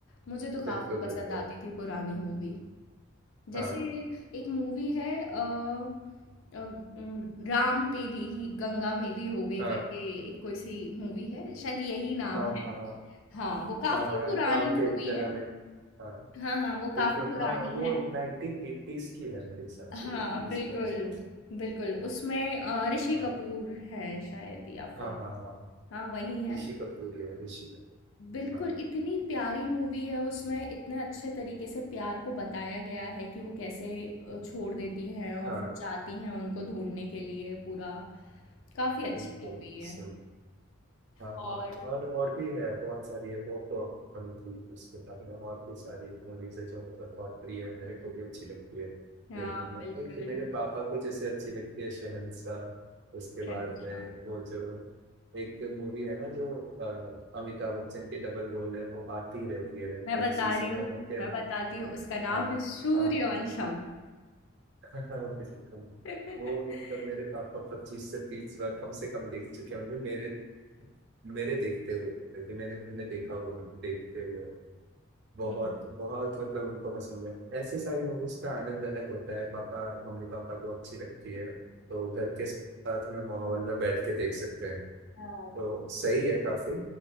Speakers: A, on the left (about 70°); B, on the right (about 55°).
A: मुझे तो काफ़ी
B: बिल्कुल
A: पसंद
B: बिल्कुल
A: आती थी पुरानी मूवी। जैसे
B: हाँ
A: एक मूवी है अ, अ, अ, राम तेरी गंगा मेली हो गई
B: हाँ
A: करके एक कोई सी मूवी है शायद यही नाम
B: हाँ
A: है
B: हाँ हाँ
A: हाँ वो काफी
B: हाँ हाँ
A: पुरानी
B: राम
A: मूवी
B: थे गला
A: है
B: में हाँ
A: हाँ हाँ वो
B: बिल्कुल
A: काफी पुरानी
B: हाँ वो
A: है
B: 1980s की है मेरे हिसाब से
A: हाँ
B: 80s
A: बिल्कुल
B: के आसपास
A: बिल्कुल उसमें अ, ऋषि
B: हाँ
A: कपूर है शायद या
B: हाँ
A: फिर
B: हाँ हाँ हाँ।
A: हाँ वही है
B: ऋषि कपूर ही है ऋषि कपूर
A: बिल्कुल,
B: हाँ
A: इतनी प्यारी मूवी है उसमें इतने अच्छे तरीके से प्यार को बताया गया है कि वो कैसे अ, छोड़ देती हैं और
B: हाँ
A: फिर जाती हैं उनको ढूँढने के लिए पूरा। काफ़ी अच्छी
B: बिल्कुल
A: मूवी है
B: सही हाँ
A: और
B: हाँ और और भी है बहुत सारी है वो कौन थी उसके बाद में और भी सारी मूवीज है जो मतलब बहुत प्रिय है मेरे को भी अच्छी लगती है
A: हाँ,
B: देखने में
A: बिल्कुल,
B: एक तो मेरे पापा को जैसे अच्छी लगती है शहंशाह उसके
A: शहंशाह।
B: बाद में वो जो एक मूवी है ना जो अ, अमिताभ बच्चन की डबल रोल है वो आती रहती है लगभग
A: मैं बता
B: सीजन
A: रही हूँ
B: के
A: मैं
B: अंदर
A: बताती हूँ उसका नाम
B: हाँ
A: है सूर्यवंशम।
B: हाँ हाँ <laughs> बिल्कुल
A: <laughs>
B: वो मतलब मेरे पापा पच्चीस से तीस बार कम से कम देख चुके होंगे मेरे मेरे देखते हुए कि मैंने उन्हें देखा हुआ देखते हुए बहुत
A: हुँ,
B: बहुत मतलब उनको पसंद है ऐसी सारी मूवीज का आनंद अलग होता है पापा मम्मी पापा को अच्छी लगती है तो घर के साथ में माहौल में बैठ के देख सकते हैं
A: हाँ,
B: तो
A: बिल्कुल।
B: सही है काफी